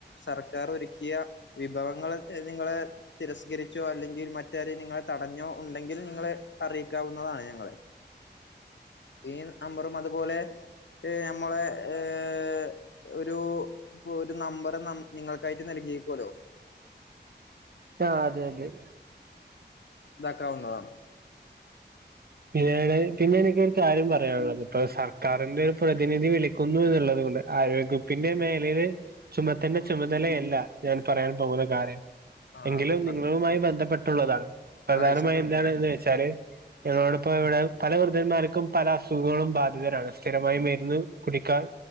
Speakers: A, on the left (about 85°); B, on the right (about 60°).
A: സർക്കാർ ഒരുക്കിയ വിഭവങ്ങൾ നിങ്ങളെ തിരസ്കരിച്ചോ അല്ലെങ്കിൽ മറ്റാര് നിങ്ങളെ തടഞ്ഞോ ഉണ്ടെങ്കിൽ നിങ്ങൾ. അറിയിക്കാവുന്നതാണ് ഞങ്ങളെ. ഈ നമ്പറും അതുപോലെ. ഈ നമ്മളെ ഏഹ്. ഒരു ഒരു നമ്പർ നമ്മ് നിങ്ങൾക്കായിട്ട്. നൽകിക്കുവല്ലേ.
B: ആ അതെ അതെ
A: ഇതാക്കാവുന്നതാണ്
B: പിന്ന പിന്നെ എനിക്ക് ഒരു കാര്യം പറയാനുള്ളത് സർക്കാരിന്റെ പ്രതിനിധി വിളിക്കുന്നു എന്നുള്ളത് കൊൊണ്ട് ആരോഗ്യകുപ്പിന്റെ മേഖയിയില് ചുമത്തിന്റെ ചുമതലയല്ല ഞാൻ പറയാൻ പോകില്ല കാര്യം
A: ആഹ് ആഹ്
B: എങ്കിലും നിങ്ങളുമായി ബന്ധപ്പെട്ട ട്ടുള്ളതാണ് പ്രധാനമായും
A: അറിയിച്ചോളൂ
B: എന്താണ് വെച്ച ഞങ്ങൽ ഇപ്പോ എവിടെ പല വൃദ്ധന്മാർക്കും പല അസുഖങ്ങളും ബാധിതരാണ് സ്ഥിരമായി മരുന്ന് കുടിക്കാൻ